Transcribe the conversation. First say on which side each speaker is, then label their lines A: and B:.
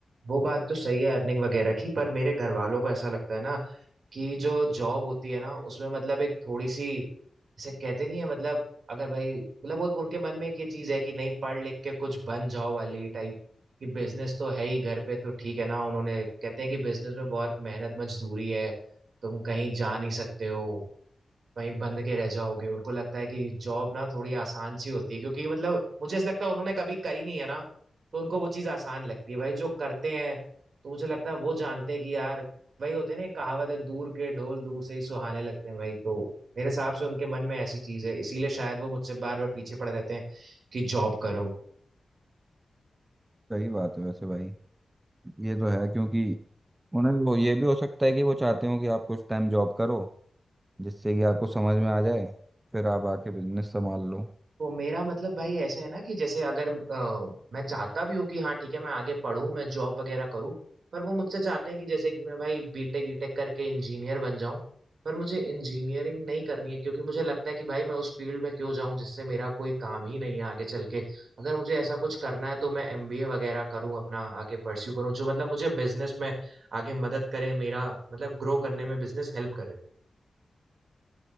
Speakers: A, on the right (about 70°); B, on the right (about 20°).
A: वो बात तो सही है अर्निंग वगैरह की पर मेरे घर वालों को ऐसा लगता है ना कि जो जॉब होती है ना उसमें मतलब एक थोड़ी सी जैसे कहते नहीं है मतलब अगर भाई मतलब वो एक उनके मन में एक ये चीज है कि नहीं पढ़ लिख के कुछ बन जाओ वाली टाइप कि बिजनेस तो है ही घर पे तो ठीक है ना उन्होंने कहते हैं कि बिजनेस में बहुत मेहनत मजदूरी है तुम कहीं जा नहीं सकते हो वहीं बंद के रह जाओगे उनको लगता है कि जॉब ना थोड़ी आसान सी होती है क्योंकि मतलब मुझे ऐसा लगता है उन्होंने कभी करी नहीं है ना तो उनको वो चीज़ आसान लगती है भाई जो करते हैं तो मुझे लगता है वो जानते हैं कि यार भाई होते हैं ना एक कहावत है दूर के ढोल दूर से ही सुहाने लगते हैं भाई तो मेरे हिसाब से उनके मन में ऐसी चीज़ है इसीलिए शायद वो मुझसे बार बार पीछे पड़े रहते हैं कि जॉब करो
B: सही बात है वैसे भाई ये तो है क्योंकि उन्हें वो ये भी हो सकता है कि वो चाहते हो कि आप कुछ टाइम जॉब करो जिससे कि आपको समझ में आ जाए फिर आप आके बिजनेस संभाल लो
A: तो मेरा मतलब भाई ऐसे है ना कि जैसे अगर अ, मैं चाहता भी हूँ कि हाँ ठीक है मैं आगे पढूं मैं जॉब वगैरह करूँ पर वो मुझसे चाहते हैं कि जैसे कि मैं भाई बीटेक ईटेक करके इंजीनियर बन जाऊं पर मुझे इंजीनियरिंग नहीं करनी है क्योंकि मुझे लगता है कि भाई मैं उस फील्ड में क्यों जाऊं जिससे मेरा कोई काम ही नहीं है आगे चल के अगर मुझे ऐसा कुछ करना है तो मैं एमबीए वगैरह करूं अपना आगे परस्यू करूं जो मतलब मुझे बिजनेस में आगे मदद करे मेरा मतलब ग्रो करने में बिजनेस हेल्प करे